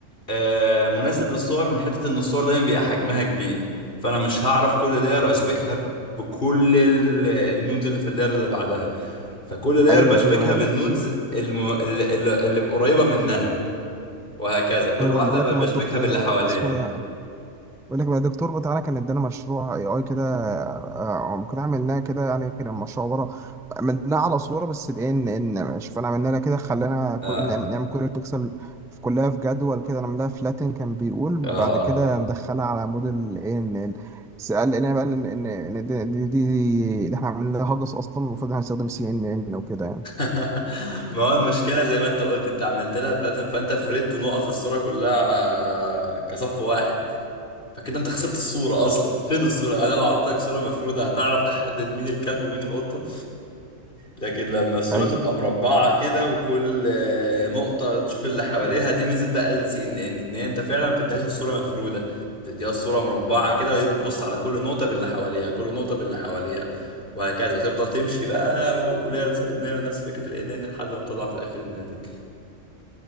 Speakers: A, on the left; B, in the centre.
A: آه، مناسب للصور من حتة ان الصور دايما بيبقى حجمها كبير فانا مش هعرف كل لاير اشبكها بكل ال- النودز اللي في اللاير اللي بعدها فكل لاير
B: ايوه
A: بشبكها
B: ايوه
A: بالنودز
B: انا
A: الم... اللي, اللي اللي قريبة منها وهكذا كل
B: ايوه
A: واحدة
B: بقول لك
A: ب-
B: ما
A: بشبكها
B: الدكتور
A: باللي حواليها
B: اسمه ده بقول لك بقى الدكتور بتاعنا كان ادانا مشروع اي اي كده آه، كنا عملناه كده يعني كده مشروع عباره عملناه على صوره بس بان ان شوف انا عملنا لها كده خلانا كل
A: اه
B: نعمل نعمل كل بيكسل في كلها في جدول كده نعملها فلاتن كان بيقول بعد
A: اه
B: كده ندخلها على موديل ان ان بس قال لنا بقى ان ان إن دي دي, دي اللي احنا عملناها هجس اصلا المفروض هنستخدم سي ان ان وكده يعني
A: <laughs> ما هو المشكلة زي ما انت قلت انت عملت لها فلاتن فانت فردت نقط الصورة كلها آه، كصف واحد فكده انت خسرت الصورة اصلا فين الصورة انا لو عطيتك صورة مفرودة هتعرف تحدد مين الكلب ومين القطة لكن لما الصورة
B: ايوه
A: تبقى مربعة كده وكل آه، نقطة تشوف اللي حواليها دي ميزة بقى السي ان ان ان هي انت فعلا ما بتديهاش الصورة مفرودة بتديها الصورة مربعة كده وهي بتبص على كل نقطة باللي حواليها كل نقطة باللي حواليها وهكذا تفضل تمشي بقى وليلة تسلم ليلة نفس فكرة ال ان ان لحد ما تطلع في الاخر الناتج